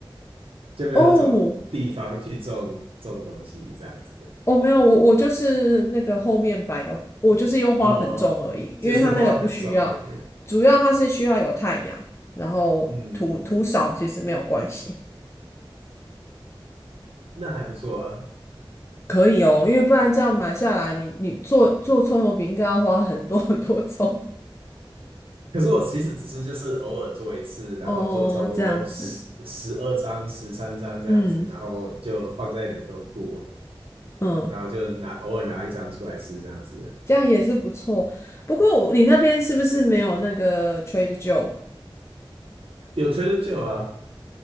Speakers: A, on the right; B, on the left.
A: <laughs> 就没有那种地方去种种东西这样子的，
B: 哦，哦，没有，我我就是那个后面摆个，我就是用花盆种而已，
A: 哦，
B: 因为它那个不需要，
A: 就是花盆种而已，
B: 主要它是需要有太阳，然后土土少其实没有关系，
A: 嗯，嗯那还不错啊，
B: 可以哦，因为不然这样买下来，你你做做葱油饼应该要花很多 <laughs> 很多葱
A: 可是我其实只是就是偶尔做一次，然后做差不多十十二张、
B: 哦，这样子，
A: 十三张这样子，
B: 嗯
A: 然后就放在冷冻库，
B: 嗯，
A: 然后就拿偶尔拿一张出来吃这样子。
B: 这样也是不错。不过我你那边是不是没有那个 t r a d e Joe？
A: 有吹的就啊，